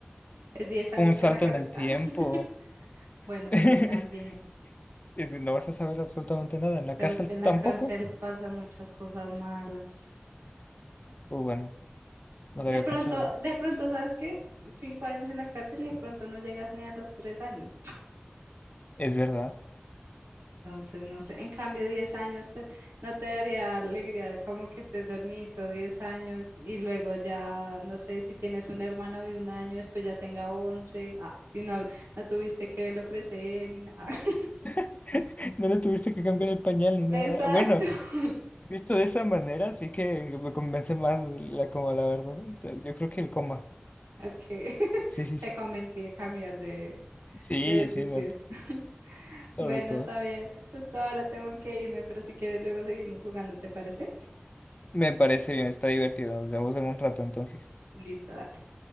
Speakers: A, on the right; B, on the left.
A: Es diez años
B: un salto
A: en la cárcel.
B: en el tiempo.
A: ah. <laughs> Bueno,
B: <laughs>
A: sí, también.
B: Es- No vas a saber absolutamente nada. En la
A: pero
B: cárcel
A: es que en la
B: tampoco.
A: cárcel pasan muchas cosas malas.
B: Pues bueno, no
A: De
B: lo había
A: pronto,
B: pensado. ¿eh?
A: de pronto, ¿sabes qué? Cinco años en la cárcel y de pronto no llegas ni a los tres años.
B: Es verdad.
A: Entonces, no sé, en cambio, diez años, pues no te daría alegría de como que estés dormido diez años y luego ya, no sé, si tienes un hermano de un año, después ya tenga once, ah, y no, no tuviste que verlo crecer ni nada. <laughs>
B: <laughs> No le tuviste que cambiar el pañal ni nada.
A: Exacto.
B: Bueno,
A: <laughs>
B: Visto de esa manera, sí que me convence más la coma, la verdad. Te- Yo creo que el coma.
A: Ok, <laughs>
B: Sí, sí, sí.
A: te convencí de cambiar de,
B: Sí,
A: de decisión.
B: sí, no,
A: <laughs>
B: sobre
A: Bueno,
B: todo.
A: Xavier, justo ahora tengo que irme, pero si quieres luego seguimos jugando, ¿te parece?
B: Me parece bien, está divertido. Nos vemos en un rato entonces.
A: Listo, dale.